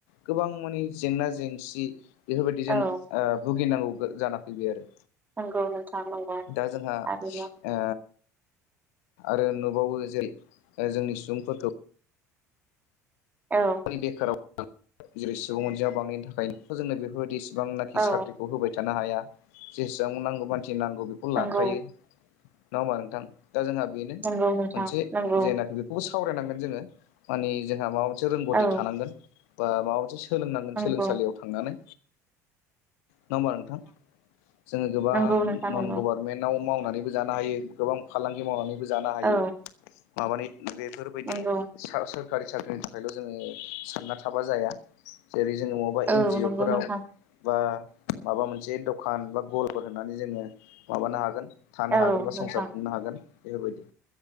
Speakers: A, on the left; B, on the right.
A: गोबां माने जेंना जेंसि बेफोरबायदिजों
B: औ
A: ओ भुगिनांगौ जाना फैबाय आरो
B: नंगौ नोंथां नंगौ
A: दा जोंहा
B: थारैनो
A: ओ आरो नुबावो जे ओ जोंनि सुबुंफोरखौ
B: औ
A: बेखाराव जेरै सुबुं अनजिमा बांनायनि थाखाय जोंनो बेफोरबायदि बेसेबांनाखि
B: औ
A: साख्रिखौ होबाय थानो हाया, जेसेबां नांगौ मान सि नांगौ बेखौ
B: नंगौ
A: लाखायो नङा होमबा नोंथां? दा जोंहा बेनो
B: नंगौ नोंथां
A: मोनसे
B: नंगौ
A: जेनाखि बेखौबो सावरायनांगोन जोङो माने जोंहा माबा मोनसे रोंगौथि
B: औ
A: थानांगोन बा माबा मोनसे सोलोंनांगोन
B: नंगौ
A: सोलोंसालियाव थांनानै, नङा होमबा नोंथां? जोङो गोबां
B: नंगौ नोंथां
A: नन
B: नंगौ
A: गभर्नमेन्टाव माव नानैबो जानो हायो, गोबां फालांगि मावनानैबो जानो हायो,
B: औ
A: बा मानि बेफोरबायदि
B: नंगौ
A: सा सोरखारि साख्रिनि थाखायल' जोङो सानना थाबा जाया। जेरै जोङो बबेबा
B: औ
A: एन जि
B: नंगौ
A: अ फोराव
B: नोंथां
A: बा माबा मोनसे दखान बा गलाफोर होननानै जोङो माबानो हागोन थानो
B: औ
A: हागोन बा
B: नोंथां
A: संसार खुंनो हागोन बेफोरबायदि।